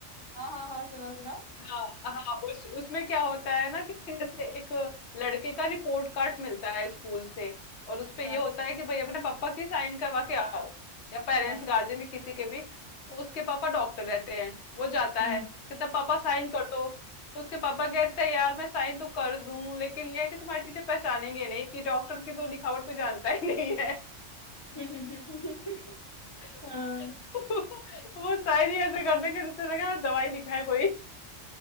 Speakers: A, on the left; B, on the left.
A: हाँ हाँ हाँ सुना सुना
B: हाँ हाँ उस उसमें क्या होता है ना कि जैसे एक लड़के का रिपोर्ट कार्ड मिलता है स्कूल से और उस पे
A: हाँ
B: ये होता है कि भाई अपने पापा की साइन करवा के आओ या पेरेंट्स
A: हाँ
B: गार्जियन के किसी के भी तो उसके पापा डॉक्टर रहते हैं वो जाता
A: हम्म
B: है कहता पापा साइन कर दो तो उसके पापा कहते हैं यार मैं साइन तो कर दूं लेकिन ये है कि तुम्हारे टीचर पहचानेंगे नहीं कि डॉक्टर की तो लिखावट कोई जानता ही नहीं है
A: <laughs>
B: <laughs>
A: हाँ
B: वो साइन ही ऐसे कर देंगे जिससे लगेगा दवाई लिखा है कोई